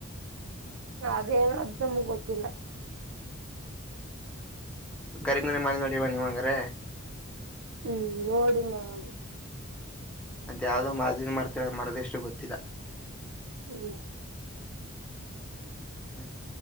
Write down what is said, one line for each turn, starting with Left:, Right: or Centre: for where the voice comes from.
Right: ಅದೇನ ಅ ನಮ್ಗ್ ಗೊತ್ತಿಲ್ಲ
Centre: ಕರಿಂಗಣಿ ಮಾಲೆ ನೋಡಿ ಬನ್ನಿವಂಗ್ರೆ
Right: ಹ್ಮ್ ನೋಡಿಲ್ಲ ನು
Centre: ಅಂತ ಯಾವ್ದೋ ಮರದನ್ ಮರ್ತರ ಮರದ ಎಷ್ಟು ಗೊತ್ತಿಲ್ಲ
Right: ಹ್ಮ್
Centre: ಹ್ಮ್